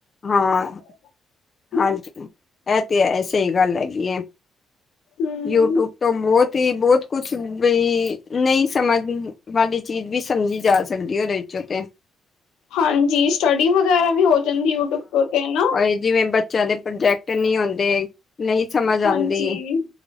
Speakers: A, on the left; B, on the left.
A: ਹਾਂ।
B: <inaudible>
A: ਹਾਂਜੀ, ਇਹ ਤੇ ਹੈ ਸਹੀ ਗੱਲ ਹੈਗੀ ਹੈ।
B: ਹੂੰ
A: ਯੂਟਿਊਬ ਤੋਂ ਬਹੁਤ ਤੇ ਬਹੁਤ ਕੁਛ ਵੀਈ ਨਹੀਂ ਸਮਝ ਵਾਲੀ ਚੀਜ਼ ਵੀ ਸਮਝੀ ਜਾ ਸਕਦੀ ਉਹਦੇ ਵਿੱਚੋਂ ਤੇ।
B: ਹਾਂਜੀ, ਸਟੱਡੀ ਵਗੈਰਾ ਵੀ ਹੋ। ਜਾਂਦੀ ਯੂਟਿਊਬ ਤੋਂ ਤੇ ਨਾ
A: ਹਾਂ, ਜਿਵੇਂ ਬੱਚਿਆਂ ਦੇ ਪ੍ਰੋਜੈਕਟ ਨਹੀਂ ਆਉਂਦੇ। ਨਹੀਂ ਸਮਝ ਆਉਂਦੀ।
B: ਹਾਂਜੀ।